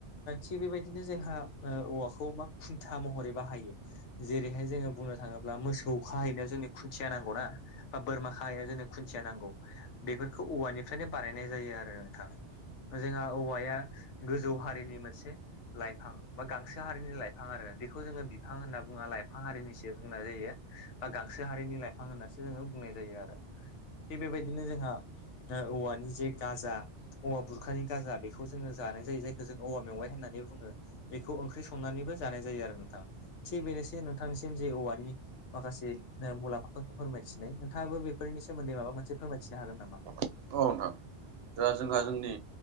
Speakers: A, on the left; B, on the right.
A: थिग बेबायदिनो जोंहा औवाखौ मा खुन्था महरै बाहायो जेरैहाय जोङो बुंनो थाङोब्ला बा मोसौ खाहैनो जोंनो खुथिया नांगौना बा बोरमा खाहैनो जोंनो खुन्थिया नांगौ बेफोरखौ औवानिफ्रायनो बानायनाय जायो आरो नोंथां। जोंहा औवाया गोजौ हारिनि मोनसे लाइफां बा गांसो हारिनि लाइफां आरो बेखौ जोङो बिफां होनना बुङा लाइफां हारिनिसो बुंनाय जायो। बा गांसो हारिनि लाइफां होननानैसो जोङो बुंनाय जायो आरो थिग बेबायदिनो जोंहा औवानि जे गाजा औवा बुर अखानि गाजा बेखौ जोङो जानाय जायो जायखौ जोंङो औवा मेवाइ होननानै बुङो। बेखौ ओंख्रि संनानैबो जानाय जायो आरो नोंथां थिग बेनोसै नोंथांनिसिम जे औवानि माखासे मुलाम्फाफोरखौ फोरमायथिनाय नोंथाङाबो बेफोरनि सोमोन्दै माबा मोनसे फोरमायथिनो हागोन नामा?
B: औ नोंथां दा जोंहा जोंनि